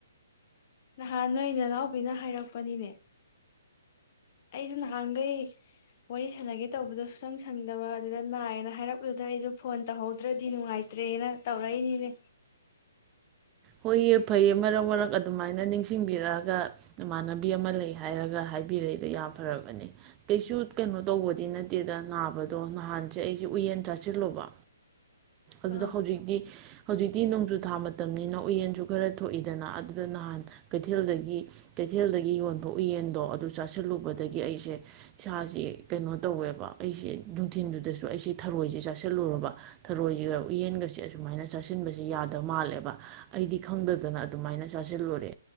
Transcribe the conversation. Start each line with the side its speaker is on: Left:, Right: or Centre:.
Left: ꯅꯍꯥꯟ ꯅꯣꯏ ꯅꯅꯥꯎꯕꯤꯅ ꯍꯥꯏꯔꯛꯄꯅꯤꯅꯦ ꯑꯩꯁꯨ ꯅꯍꯥꯟꯈꯩ ꯋꯥꯔꯤ ꯁꯥꯟꯅꯒꯦ ꯇꯧꯕꯗꯣ ꯁꯨꯁꯪ ꯁꯪꯗꯕ ꯑꯗꯨꯗ ꯅꯥꯏꯌꯦꯅ ꯍꯥꯏꯔꯛꯂꯨꯗ ꯑꯩꯁꯨ ꯐꯣꯟ ꯇꯧꯍꯧꯗ꯭ꯔꯗꯤ ꯅꯨꯡꯉꯥꯏꯇ꯭ꯔꯦꯅ ꯇꯧꯔꯛꯏꯅꯤꯅꯦ
Right: ꯍꯣꯏꯌꯦ ꯐꯩꯌꯦ ꯃꯔꯛ ꯃꯔꯛ ꯑꯗꯨꯃꯥꯏꯅ ꯅꯤꯡꯁꯤꯡꯕꯤꯔꯛꯑꯒ ꯏꯃꯥꯟꯅꯕꯤ ꯑꯃ ꯂꯩ ꯍꯥꯏꯔꯒ ꯍꯥꯏꯕꯤꯔꯛꯏꯗꯣ ꯌꯥ ꯐꯔꯕꯅꯦ ꯀꯩꯁꯨ ꯀꯩꯅꯣ ꯇꯧꯕꯗꯤ ꯅꯠꯇꯦꯗ ꯅꯥꯕꯗꯣ ꯅꯍꯥꯟꯁꯦ ꯑꯩꯁꯦ ꯎꯌꯦꯟ ꯆꯥꯁꯤꯜꯂꯨꯕ ꯑꯗꯨꯗ
Left: ꯑꯥ
Right: ꯍꯧꯖꯤꯛꯇꯤ ꯍꯧꯖꯤꯛꯇꯤ ꯅꯣꯡꯖꯨꯊꯥ ꯃꯇꯝꯅꯤꯅ ꯎꯌꯦꯟꯁꯨ ꯈꯔ ꯊꯣꯛꯏꯗꯅ ꯑꯗꯨꯗ ꯅꯍꯥꯟ ꯀꯩꯊꯦꯜꯗꯒꯤ ꯀꯩꯊꯦꯜꯗꯒꯤ ꯌꯣꯟꯕ ꯎꯌꯦꯟꯗꯣ ꯑꯗꯨ ꯆꯥꯁꯤꯜꯂꯨꯕꯗꯒꯤ ꯑꯩꯁꯦ ꯏꯁꯥꯁꯦ ꯀꯩꯅꯣ ꯇꯧꯋꯦꯕ ꯑꯩꯁꯦ ꯅꯨꯡꯊꯤꯤꯟꯗꯨꯗꯁꯨ ꯑꯩꯁꯦ ꯊꯔꯣꯏꯁꯦ ꯆꯥꯁꯤꯜꯂꯨꯔꯕ ꯊꯔꯣꯏꯁꯤꯒ ꯎꯌꯦꯟꯒꯁꯦ ꯑꯁꯨꯃꯥꯏꯅ ꯆꯥꯁꯤꯟꯕꯁꯦ ꯌꯥꯗꯕ ꯃꯥꯜꯂꯦꯕ ꯑꯩꯗꯤ ꯈꯪꯗꯗꯅ ꯑꯗꯨꯃꯥꯏꯅ ꯆꯥꯁꯤꯜꯂꯨꯔꯦ